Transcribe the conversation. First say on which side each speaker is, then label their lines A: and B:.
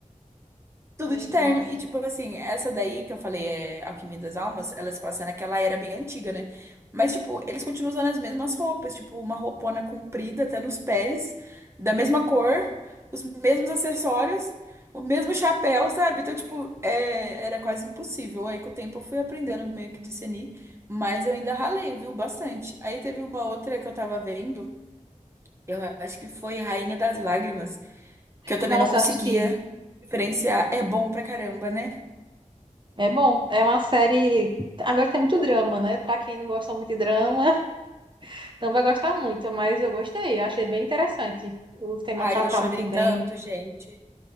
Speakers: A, on the right (about 20°); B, on the right (about 35°).
A: Tudo
B: Gente,
A: de terno.
B: nossa.
A: E, tipo assim, essa daí que eu falei, é Alquimia das Almas, ela se passa naquela era bem antiga, né? Mas, tipo, eles continuam usando as mesmas roupas, tipo, uma roupona comprida até nos pés, da mesma cor, os mesmos acessórios, o mesmo chapéu, sabe? Então, tipo, é, era quase impossível. Aí, com o tempo, eu fui aprendendo meio que discernir, mas eu ainda ralei, viu? Bastante. Aí teve uma outra que eu tava vendo, eu acho que foi Rainha das Lágrimas, que eu também
B: Nossa,
A: não conseguia
B: eu assisti.
A: diferenciar. É bom pra caramba, né?
B: É bom, é uma série. Agora tem muito drama, né? Pra quem não gosta muito de drama, Não vai gostar muito, mas eu gostei. Eu achei bem interessante o tema
A: Ai,
B: tratado
A: eu chorei
B: também.
A: tanto, gente.